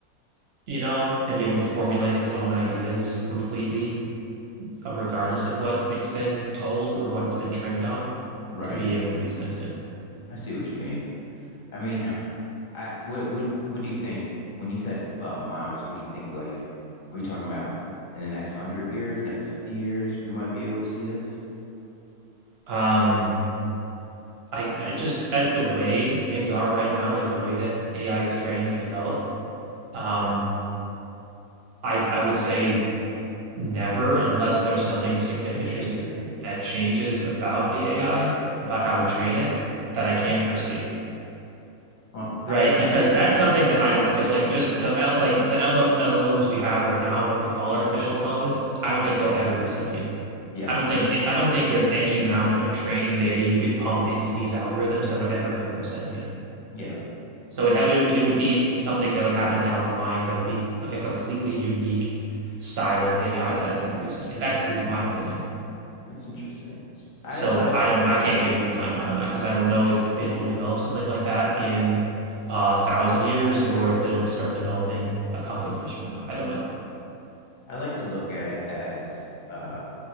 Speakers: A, on the right (about 50°); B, on the left (about 45°).
A: you know, and be able to formulate its own ideas completely, uh, regardless of what it's been told or what it's been trained on
B: Right.
A: to be able to be sentient.
B: I see what you mean. I mean, I what what what do you think when you said uh, miles? What do you think? Like, are we talking about in the next hundred years, next fifty years, we might be able to see this?
A: Um, I, I just as the way things are right now, like the way that AI is trained and developed, um, I I would say never unless there's something significant
B: Interesting.
A: that changes about the AI, about how we train it, that I can't foresee.
B: Well,
A: Right,
B: I,
A: because
B: I
A: that's something that I don't, because like just the L, like the LM, LLMs we have right now, what we call artificial intelligence, I don't think they'll ever be sentient.
B: yeah
A: I don't think it, I don't think there's any amount of training data you could pump into these algorithms that would ever make them sentient.
B: yeah,
A: So it ha it, would- it would be something that would happen down the line that would be like a completely unique style of AI that I think would be sentient. That's at least my opinion.
B: that's interesting. I
A: So
B: I
A: I don't, I can't give you a timeline on that because I don't know if if we'll develop something like that in a thousand years or if it'll start developing a couple years from now. I don't know.
B: I like to look at it as uh